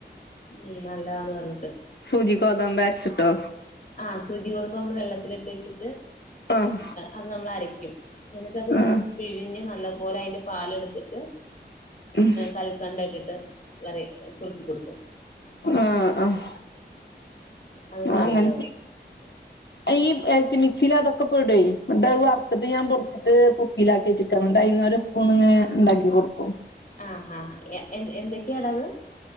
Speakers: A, on the left; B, on the left.
A: ഉം നല്ലതാന്ന് പറ്ഞ്ഞിട്ട്
B: സൂചിക് ഗോതമ്പ് അര് വരിച്ചിട്ടോ
A: ആഹ് സൂചി കോതുമ്പോ നമ്മള് വെള്ളത്തിലിച്ചെട്ട്
B: ആഹ്
A: അത്‌ നമ്മൾ അരയ്ക്കും എന്നിട്ടത്
B: ആഹ്
A: പിഴിഞ്ഞ് നല്ലപോലെ അയ്ന്റെ പാല എടുത്തിട്ട്
B: ഉം
A: കൽക്കണ്ടട്ടിട്ട് വരെ കുറുക്കി കൊടുക്കും
B: ആഹ് ആഹ്
A: അത്
B: ആ
A: നല്ലതായി
B: അങ്ങനെ ഈ എൽറ്റിമിക്സിൽ അതൊക്കെ പെടു എന്നത് വറുത്തിട്ട് ഞാൻ പൊടിച്ചിട്ട് കുപ്പിലാക്കി ചിക്കൻണ്ട് അ ഒരു സ്പൂൺ ഇങ്ങനെ ഉണ്ടാക്കി കൊടുക്കും
A: ആഹ് എ എന്തൊക്കെയാട അത്